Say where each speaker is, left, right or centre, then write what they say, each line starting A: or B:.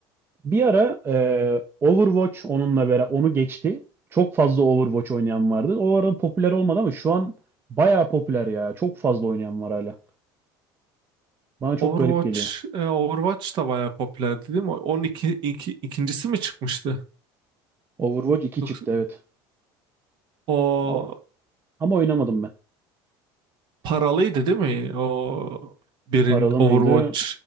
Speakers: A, on the right; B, on the right.
A: Bir ara e, Overwatch onunla beraber onu geçti. Çok fazla Overwatch oynayan vardı. O ara popüler olmadı ama şu an bayağı popüler ya. Çok fazla oynayan var hala. Bana çok
B: Overwatch,
A: garip geliyor.
B: e, Overwatch da bayağı popülerdi değil mi? Onun iki, iki, ikincisi mi çıkmıştı?
A: Overwatch iki
B: Yoksa
A: çıktı evet.
B: o
A: O- Ama oynamadım ben.
B: paralıydı değil mi? O birin
A: Paralı
B: Overwatch
A: mıydı?